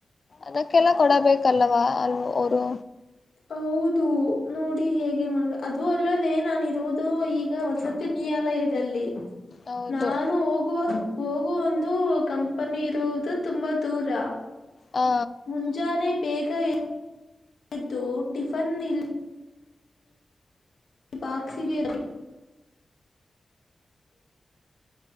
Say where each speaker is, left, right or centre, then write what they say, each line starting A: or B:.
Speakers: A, on the left; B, on the left.
A: ಅದಕ್ಕೆಲ್ಲ ಕೊಡಬೇಕಲ್ಲವಾ ಅಲ್ ಅವರು
B: ಹೌದು ನೋಡಿ ಹೇಗೆ ಮಾಡ ಅದು ಅಲ್ಲದ ಏನಾನಿರುದು ಇ ಈಗ ವಸತಿ ನಿಯಾಲಯದಲ್ಲಿ
A: ಹೌದು
B: ನಾನು ಹೋಗುವ ಹೋಗುವ ಒಂದು ಕಂಪನಿ ಇರುವುದು ತುಂಬಾ ದೂರ
A: ಹಾ
B: ಮುಂಜಾನೆ ಬೇಗ ಎ ದು ಟಿಫನ್ ಇಲ್ಲ ಈ ಬಾಕ್ಸಿಗೆ